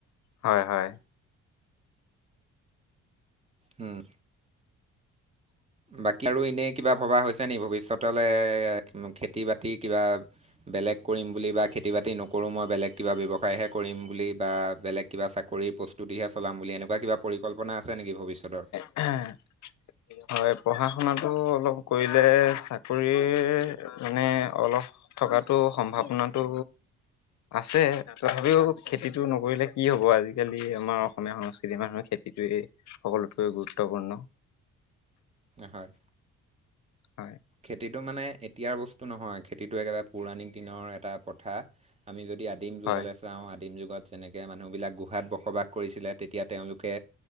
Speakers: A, on the left (about 65°); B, on the right (about 20°).
A: হয় হয়।
B: উম। বাকী আৰু এনেই কিবা ভবা হৈছে নেকি ভৱিষ্যতলৈ খেতি বাতি কিবা বেলেগ কৰিম বুলি বা খেতি বাতি নকৰোঁ মই বেলেগ কিবা ব্যৱসায়হে কৰিম বুলি বা বেলেগ কিবা চাকৰিৰ প্ৰস্তুতিহে চলাম বুলি, এনেকুৱা কিবা পৰিকল্পনা আছে নেকি ভৱিষ্যতৰ?
A: <unintelligible> হয়, পঢ়া শুনাতটো অলপ কৰিলে, চাকৰি মানে অলপ থকাতো সম্ভাৱনাটো আছে, তথাপিও খেতিতটো নকৰিলে কি হ'ব আজিকালি, আমাৰ অসমীয়া সংস্কৃতিৰ মানুহৰ খেতিটয়ে সকলোতকৈ গুৰুত্বপূৰ্ণ।
B: হয়।
A: হয়।
B: খেতিটো মানে এতিয়াৰ বস্তু নহয়, খেতিটো একেবাৰে পৌৰাণিক দিনৰ এটা প্ৰথা আমি যদি আদিম যুগলৈ
A: হয়
B: চাওঁ, আদিম যুগত যেনেকৈ মানুহবিলাক গোহাত বসবাস কৰিছিলে তেতিয়া তেওঁলোকে